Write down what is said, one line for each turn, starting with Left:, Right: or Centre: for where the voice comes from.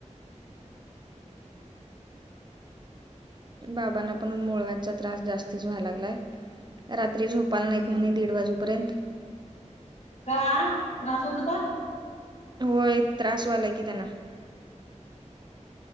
Left: हम हम.
Right: बाबांना
Left: मग
Right: पण मुळव्याचा त्रास जास्तीत व्हाय लागलाय. रात्री झोपाला
Left: हा
Right: नाहीत म्हणे
Left: हा
Right: दीड वाजूपर्यंत
Left: का त्रास होत तर
Right: होय त्रासवाला की त्यांना